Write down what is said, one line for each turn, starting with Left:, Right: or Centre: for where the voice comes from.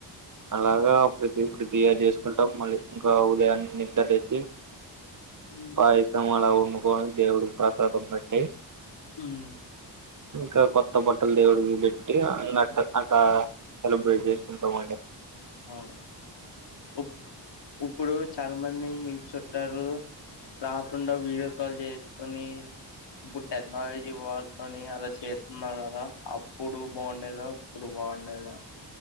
Right: అలాగా ప్రతి ప్రతి ఇయర్ చేసుకుంటాం మళ్ళీ ఇంకా ఉదయానే నిద్ర లేచి
Left: హ్మ్.
Right: పాయసం అలా వండుకొని దేవుడు ప్రసాదం పెట్టి
Left: హ్మ్.
Right: ఇంకా కొత్త బట్టలు దేవుడికి బెట్టి అకా సెలబ్రేట్ చేసుకుంటామండి
Left: అవును ఇప్ ఇప్పుడు చాలా మంది మీ చుట్టాలు రాకుండా వీడియో కాల్ చేసుకొని ఇప్పుడు టెక్నాలజీ వాడుకొని అలా చేత్తున్నారు కదా అప్పుడు బావుండేద ఇప్పుడు బా బాండేదా